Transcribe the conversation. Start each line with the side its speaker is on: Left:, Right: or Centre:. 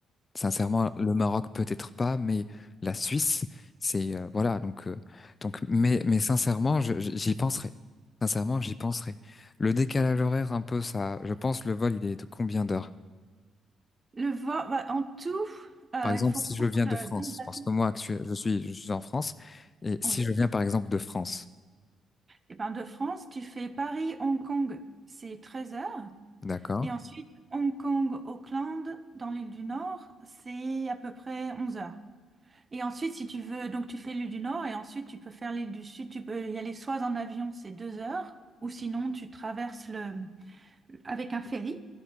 Left: Sincèrement, le Maroc peut-être pas, mais la Suisse, c'est euh, voilà. Donc, euh, donc, mais mais sincèrement, je- je- j'y penserai. Sincèrement, j'y penserai. Le décalage horaire, un peu ça. Je pense le vol, il est de combien d'heures?
Right: Le vol, bah, en tout, euh,
Left: Par exemple,
Right: il faut
Left: si
Right: prendre
Left: je viens de France,
Right: euh, deux avions.
Left: parce que moi, actu- je suis je suis en France, et si
Right: Oui.
Left: je viens par exemple de France,
Right: Et ben, de France, tu fais Paris-Hong Kong, c'est 13 heures.
Left: d'accord?
Right: Et ensuite, Hong Kong-Auckland, dans l'île du Nord, c'est à peu près 11 heures. Et ensuite, si tu veux, donc tu fais l'île du Nord et ensuite tu peux faire l'île du Sud. Tu peux y aller soit en avion, c'est deux heures, ou sinon tu traverses le, avec un ferry